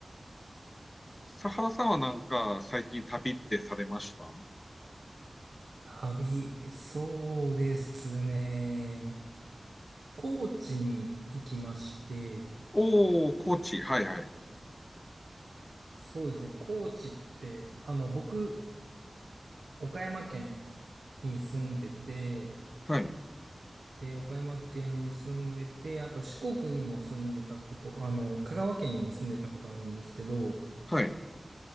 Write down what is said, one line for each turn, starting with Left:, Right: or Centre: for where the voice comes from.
Left: 佐原さんはなんか、最近旅ってされました
Right: 旅、そうですね。高知に行きまして、
Left: おー、高知。はいはい。
Right: そうですね。高知って、あの、僕、岡山県に住んでて、
Left: はい。
Right: で、岡山県に住んでて、あと四国にも住んでたこと、あの、香川県にも住んでたことあるんですけど、
Left: はい。